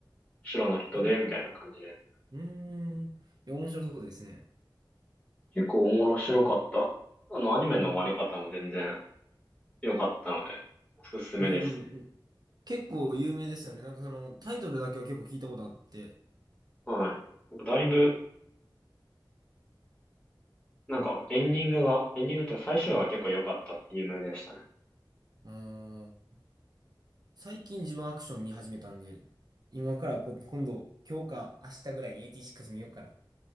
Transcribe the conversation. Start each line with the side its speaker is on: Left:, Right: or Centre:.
Left: 白の人で、
Right: あ
Left: みたいな感じで、
Right: うーん。いや、面白そうですね。
Left: 結構面白かった。あの、アニメの終わり方も全然
Right: うん。
Left: 良かったので、おすすめですね。
Right: うん。結構有名ですよね。なんかその、タイトルだけは結構聞いたことあって。
Left: はい。だいぶ、なんかエンディングが、エンディングって最終話が結構良かったって有名でしたね。
Right: うーん。最近自分アクション見始めたんで、今からこ、今度、今日か明日ぐらいにエイティシック6見ようかな。